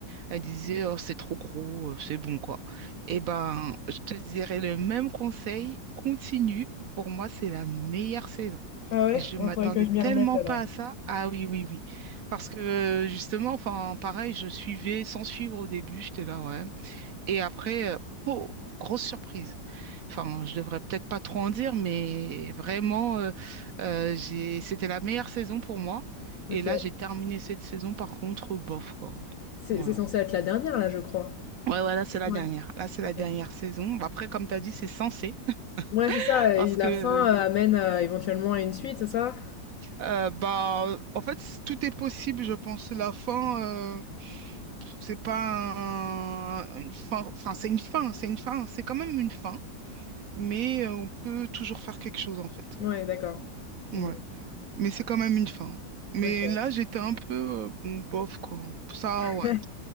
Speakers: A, on the right; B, on the left.
A: Elle disait, oh, c'est trop gros, euh, c'est bon, quoi. Eh ben, je te dirais le même conseil, continue. Pour moi, c'est la meilleure saison.
B: Ah ouais?
A: Je
B: Ouais,
A: m'attendais
B: faudrait que je
A: tellement
B: m'y remette alors.
A: pas à ça. Ah oui, oui, oui. Parce que euh, justement, enfin, pareil, je suivais sans suivre au début. J'étais là, ouais. Et après, euh, oh, grosse surprise. Enfin, je devrais peut-être pas trop en dire, mais vraiment, euh, euh, j'ai, c'était la meilleure saison pour moi.
B: OK.
A: Et là, j'ai terminé cette saison, par contre, bof, quoi.
B: C'est
A: Voilà.
B: c'est censé être la dernière là, je crois?
A: Ouais, ouais, là, c'est la
B: Ouais,
A: dernière. Là, c'est
B: OK.
A: la dernière saison. Bah, Après, comme tu as dit, c'est censé.
B: Ouais, c'est ça
A: <laughs> Parce
B: et la
A: que, euh,
B: fin, heu, amène à éventuellement à une suite, c'est ça?
A: euh, bah, en fait, c- tout est possible, je pense. La fin, euh, c'est pas un- une fin. Enfin, c'est une fin. C'est une fin. C'est quand même une fin. Mais euh, on peut toujours faire quelque chose, en fait.
B: Ouais, d'accord. Mmh.
A: Ouais, mais c'est quand même une fin. Mais
B: OK.
A: là, j'étais un peu, euh, bon, bof, quoi. Ça, ouais.
B: <laughs>